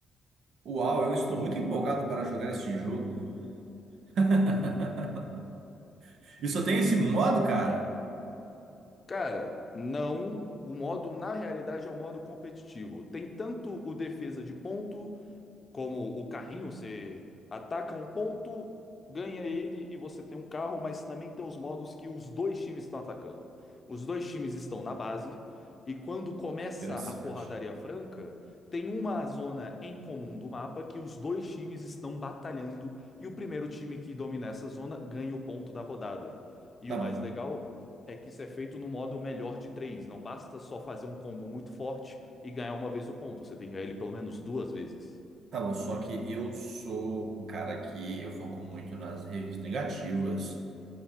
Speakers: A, on the right (about 65°); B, on the left (about 30°).
A: Uau, eu estou muito empolgado para jogar esse jogo. <laughs> E só tem esse modo, cara?
B: Cara, não. O modo, na realidade, é um modo competitivo. Tem tanto o defesa de ponto como o carrinho, você ataca um ponto, ganha ele e você tem um carro, mas também tem os modos que os dois times estão atacando. Os dois times estão na base e quando começa
A: Interessante.
B: a porradaria franca, tem uma zona em comum do mapa que os dois times estão batalhando e o primeiro time que domina essa zona ganha o ponto da rodada. E
A: Tá
B: o
A: bom.
B: mais legal é que isso é feito no modo melhor de três. Não basta só fazer um combo muito forte e ganhar uma vez o ponto. Você tem que ganhar ele pelo menos duas vezes.
A: Tá bom, só que eu sou um cara que eu foco muito nas reviews negativas.